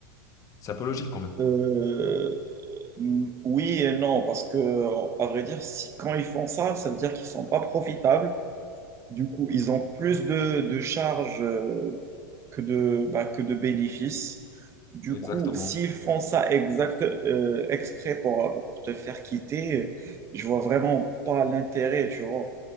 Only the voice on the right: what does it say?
Euh, n- oui et non, parce que, à vrai dire, si, quand ils font ça, ça veut dire qu'ils sont pas profitables Du coup, ils ont plus de, de charges euh, que de, bah, que de bénéfices. Du
coup, s'ils font ça exact, euh, exprès pour, bah, pour te faire quitter, je vois vraiment pas l'intérêt, tu vois.